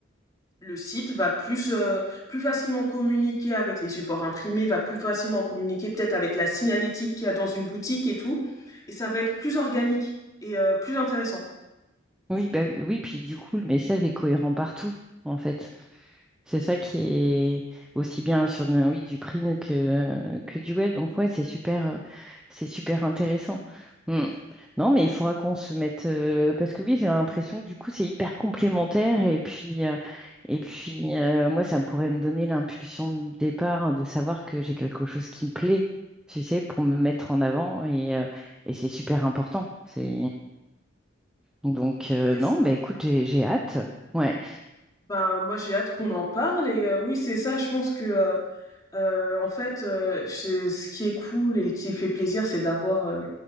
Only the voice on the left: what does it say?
le site va plus, euh, plus facilement communiquer avec les supports imprimés, va plus facilement communiquer peut-être avec la signalétique qu'il y a dans une boutique et tout, et ça va être plus organique et euh, plus intéressant.
C'est
s-
Ben, moi j'ai hâte qu'on en parle et euh, oui c'est ça je pense que euh, euh, en fait euh, c'est- ce qui est cool et qui fait plaisir c'est d'avoir euh,